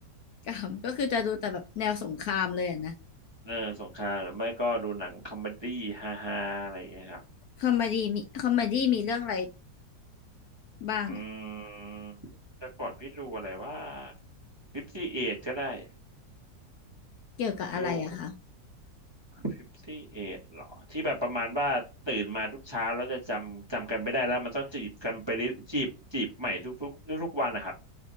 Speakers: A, on the left; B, on the right.
A: กาม <laughs> ก็คือจะดูแต่แบบแนวสงครามเลยอะนะ
B: เออสงครามหรือไม่ก็ดูหนังคอมเมดี้ฮาฮาอะไรอย่างเงี้ยครับ
A: คอมเมดี้มีคอมเมดี้มีเรื่องอะไรบ้างอะ
B: อืมแต่ก่อนพี่ดูอะไรว่าฟิฟตี้เอก็ได้
A: เกี่ยวกับอะไรอะคะ
B: ไม่รู้ 5เหรอที่แบบประมาณว่าตื่นมาทุกเช้าแล้วจะจำจำกันไม่ได้แล้วมันต้องจีบกันไปเรื่อยจีบจีบใหม่ทุกทุกทุกทุกๆวันนะครับ